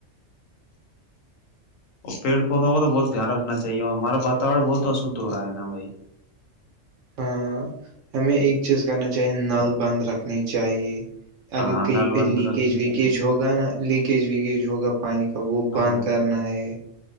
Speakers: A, on the left; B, on the right.
A: اور پیڑ پودوں کو تو بہت دھیان رکھنا چاہیے ہمارا واتور بہت اشھ ہو رہا ہے نا بھائی
B: ہاں ہمیں ایک چیز کرنا چاہیے نل بند رکھنی چاہیے
A: ہاں
B: اگر کہیں۔
A: نل
B: پہ
A: بند
B: لییکیج
A: رکھنی
B: ویکیج
A: چاہیے
B: ہوگا نایک کیج ویگیج ہوگا پانی کا وہ
A: ہاں
B: بند کرنا ہے